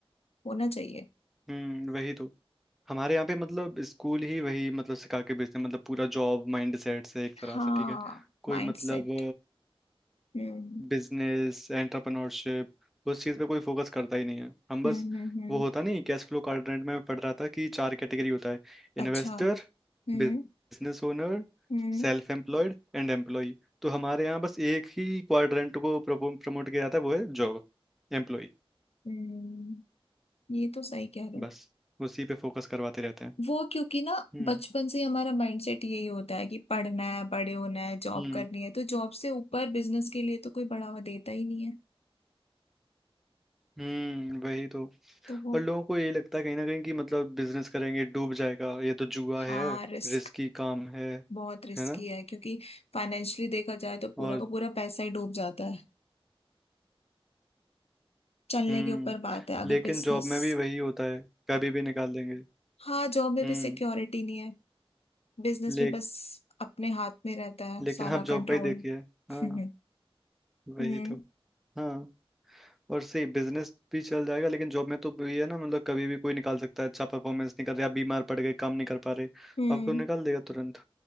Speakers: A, on the left (about 80°); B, in the centre.
A: होना चाहिए
B: हम्म वही तो हमारे यहाँ पे मतलब स्कूल ही वही मतलब सिखा के भेजते हैं मतलब पूरा जॉब माइंड सेट से एक
A: हाँ
B: तरह से ठीक है कोई
A: माइंडसेट
B: मतलब
A: हम्म
B: बिजनेस एंटरप्रेन्योरशिप उस चीज़ पे कोई फोकस करता ही नहीं है हम बस
A: हम्म हम्म हम्म
B: वो होता नहीं कैश फ्लो क्वाड्रेंट में मैं पढ़ रहा था कि चार कैटेगरी होता है
A: अच्छा
B: Investor
A: हम्म
B: business owner
A: हम्म
B: self employed and employ तो हमारे यहाँ बस एक ही क्वाड्रेंट को प्रमोट किया जाता है वो है जॉब एम्प्लॉय
A: हम्म ये तो सही कह रहे
B: बस
A: हो
B: उसी पे फोकस करवाते रहते हैं
A: वो क्योंकि ना
B: हम्म
A: बचपन से ही हमारा माइंडसेट यही होता है कि पढ़ना है बड़े होना है जॉब
B: हम्म
A: करनी है तो जॉब से ऊपर बिजनेस के लिए तो कोई बढ़ावा देता ही नहीं है
B: हम्म वही तो
A: तो वो
B: और लोगों को ये लगता है कहीं ना कहीं कि मतलब बिजनेस करेंगे डूब जाएगा ये तो जुआ
A: हाँ
B: है
A: रिस्क
B: रिस्की काम है
A: बहुत रिस्की
B: है ना
A: है क्योंकि फाइनेंशियली देखा जाए तो पूरा
B: और
A: का पूरा पैसा ही डूब जाता है चलने
B: हम्म
A: के ऊपर बात है अगर
B: लेकिन
A: बिजनेस
B: जॉब में भी वही होता है कभी भी निकाल देंगे
A: हाँ जॉब में
B: हम्म
A: भी सिक्योरिटी नहीं है बिजनेस
B: ले,
A: में बस अपने हाथ में रहता है
B: लेकिन
A: सारा
B: आप जॉब
A: कंट्रोल
B: का ही देखिए हाँ
A: <laughs>
B: वही
A: हम्म
B: तो हाँ और सही बिजनेस भी चल जाएगा लेकिन जॉब में तो ये है ना मतलब कभी भी कोई निकाल सकता है अच्छा परफॉर्मेंस नहीं कर रहे आप बीमार पड़ गए काम नहीं कर पा रहे
A: हम्म
B: आपको निकाल देगा तुरंत